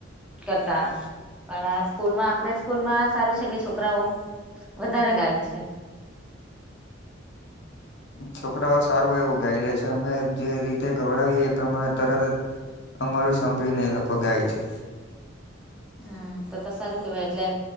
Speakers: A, in the centre; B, on the left.
A: કરતા પણ સ્કૂલમાં આપણે સ્કૂલમાં સારું છે કે છોકરાઓ વધારે ગાય છે.
B: છોકરાઓ સારું એવું ગાઈ લે છે અમે જે રીતે ગવડાવીએ એ પ્રમાણે તરત જ અમારું સાંભળીને એ લોકો ગાય છે.
A: હમ્મ તો તો સારું કેવાય એટલે